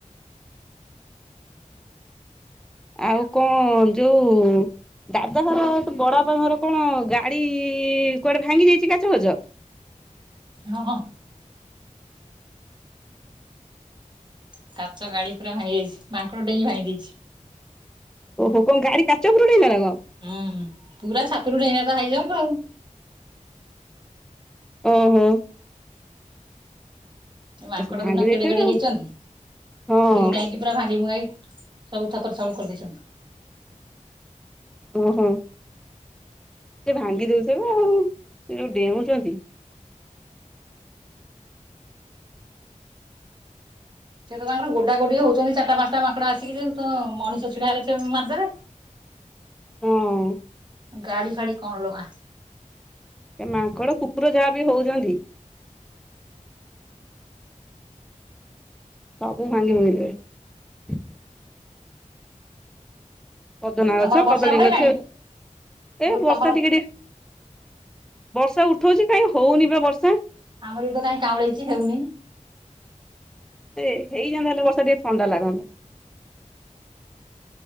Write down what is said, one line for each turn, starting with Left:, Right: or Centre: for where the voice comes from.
Centre: ଆଉ କଣ ଯୋଉ। ଦାଦାଘର ତ ବଡବାପା ଘର କଣ ଗାଡି କୁଆଡେ ଭାଙ୍ଗି ଯାଇଚି କାଚ ଫାଚ।
Right: ହଁ ହଁ କାଚ ଗାଡି ପୁରା ଭାଙ୍ଗିଯାଇଚି ମାଙ୍କଡ଼ ଡେଇଁଙ୍ଗି ଭାଙ୍ଗି ଦେଇଚି।
Centre: ଓହୋ! କଣ ଗାଡି କାଚ ଉପରୁ ଡେଇଁଲା ନା କଣ?
Right: ହୁଁ! ପୁରା ଛାତରୁ ଡେଇଁଲା ପା ହାଇ ଜମ୍ପ ଆଉ।
Centre: ହୁଁ ହୁଁ
Right: ମାଙ୍କଡ
Centre: ଆ ସେ ଭାଙ୍ଗି
Right: ଦେଖୁନା
Centre: ଦେଇଥିବେ
Right: କେଡେ କେଡେ
Centre: ଆଉ
Right: ହେଇଚନ୍ତି
Centre: ହଁ
Right: ଡେଇଁ ଡାଇଁ କି ପୁରା ଭାଙ୍ଗି ଭୁଙ୍ଗାଇ ସବୁ ଛତର ଛାଉଳ କରିଦେଇଛନ୍ତି।
Centre: ଓହୋ ସେ ଭାଙ୍ଗି ଦେଉଥିବ ଆଉ ସେ ଯୋଉ ଡେଉଚନ୍ତି।
Right: ସେ ତ ତାଙ୍କର ଗୋଡା ଗୋଡି ହଉଚନ୍ତି ଚାରଟା ପାସଣ୍ଟା ମାଙ୍କଡ ଆସିକି ଯେ ତ ମଣିଷ ଛିଡା ହେଲେ ସେ ମାର ଦେବେ।
Centre: ହଁ
Right: ଗାଡି ଫାଡି କଣ ଲୋ ମା।
Centre: ଏ ମାଙ୍କଡ଼ କୁକୁର ଯାହା ବିି ହଉଜନ୍ତି। ସବୁ ଭାଙ୍ଗି ଭୁଙ୍ଗୀ ଦେବେ‌। ସଜନା
Right: ତମର
Centre: ଗଛ
Right: ବର୍ଷା
Centre: କଦଳୀ
Right: ଉଠେଇଲାଣି?
Centre: ଗଛ ଏ
Right: ମୁଁ
Centre: ଏ
Right: କହିଲି ତମର
Centre: ବର୍ଷା ଟିକେ ଟିକେ। ବର୍ଷା ଉଠଉଛି କାଇଁ ହଉନି ବା ବର୍ଷା।
Right: ଆମର ବି ତ କାଇଁ କାଉଁଳେଇଚି ହେଉନି।
Centre: ଟିକେ ହେଇଯାଆନ୍ତା ହେଲେ ବର୍ଷ ଟିକେ ଥଣ୍ଡା ଲାଗନ୍ତା।